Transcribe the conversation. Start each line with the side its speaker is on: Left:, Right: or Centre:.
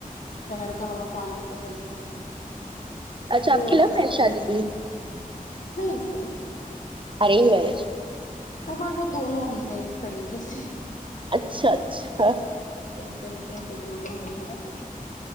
Left: شہر کا ہوا پانی کو جلتا نہیں
Right: اچھا
Left: بور
Right: آپ کےلاف
Left: ہو جاتے
Right: فشادی تھی
Left: نہیں نہیں
Right: ارینج میرج
Left: سمج میں دونوں ہی ہیں ایک طریقے سے
Right: اچھا اچھا
Left: ایک طریقے سے دونوں میں ہے پر